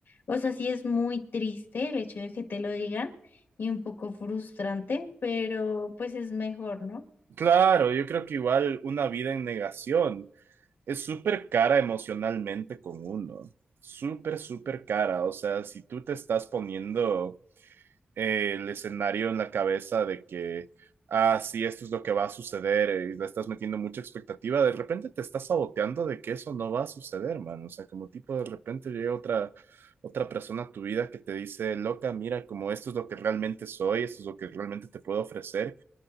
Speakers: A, on the left (about 75°); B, on the right (about 75°).
A: O sea, sí es muy triste el hecho de que te lo digan y un poco frustrante, pero pues es mejor, ¿no?
B: Claro, yo creo que igual una vida en negación es súper cara emocionalmente con uno, súper, súper cara. O sea, si tú te estás poniendo eh, el escenario en la cabeza de que, ah, sí, esto es lo que va a suceder eh, y le estás metiendo mucha expectativa, de repente te estás saboteando de que eso no va a suceder, man. O sea, como tipo de repente llega otra, otra persona a tu vida que te dice, loca, mira, como esto es lo que realmente soy, esto es lo que realmente te puedo ofrecer